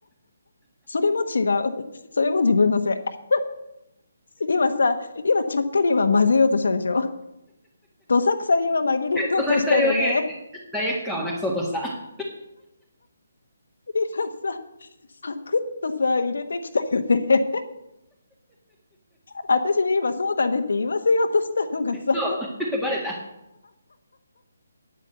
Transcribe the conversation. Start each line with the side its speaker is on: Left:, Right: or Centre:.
Left: それも違う。<laughs> それも自分のせい。今さ、今ちゃっかり今混ぜようとしたでしょどさくさに今紛れようとしたよね。
Centre: どさくさに紛れて罪悪感をなくそうとした。
Left: 今さ、サクッとさ、入れてきたよね。私に今そうだねって言わせようとしたのがさ、
Centre: そう。<laughs> バレた。